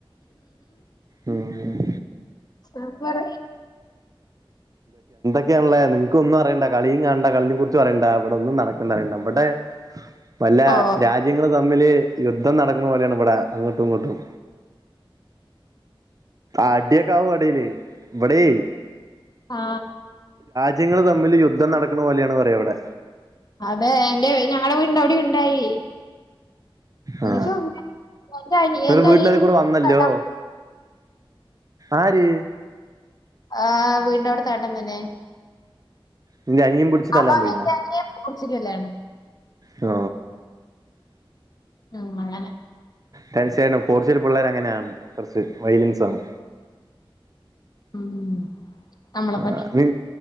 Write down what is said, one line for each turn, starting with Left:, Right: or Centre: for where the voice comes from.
Right: ഉം
Left: ആ പറ
Right: ണല്ലേ നിങ്ങകൊന്നു അറിയണ്ട കളിയും കാണണ്ട കളിനേ കുറിച്ചും അറിയണ്ട ഇവടെ ഒന്നും നടക്ക്ണറിയണ്ട ഇവ്ടെ വല്ല
Left: ഓ
Right: രാജ്യങ്ങള് തമ്മില് യുദ്ധം നടക്ക്ണ പോലേണ് ഇവടെ അങ്ങട്ടും ഇങ്ങട്ടും അടിയൊക്കാവും എടേല് ഇവിടേ
Left: ആ
Right: രാജ്യങ്ങൾ തമ്മിൽ യുദ്ധം നടക്ക്ണ പോലേണ് പറയാ ഇവടെ
Left: അതെ എൻ്റെ ഞങ്ങടെ വീടിന്റെ അവിടെയുണ്ടായി <unintelligible>
Right: ആ
Left: എൻ്റെ
Right: നിങ്ങടെ വീടിനതി
Left: അനിയൻ
Right: കൂടെ
Left: ഒക്കെ
Right: വന്നല്ലോ ആര്
Left: ആ വീടിന്റെ അവിടത്തൊ എട്ടൻ തന്നെ
Right: നിന്റെ അനിയൻ പിടിച്ച് തല്ലാൻ
Left: ആ മകന്റ്
Right: പോയിന്നാ
Left: എന്റെ പോർച്ചിക്കല്ലാണ്
Right: ഓ...
Left: ഉം അങ്ങനെ
Right: ഡനസായി പോറച്ചരു പിള്ളേർ അങ്ങനെയാണ് കുറച്ച് വയലിൻസണ്
Left: ഉം നമ്മളെ
Right: ആ
Left: പോലെ
Right: നി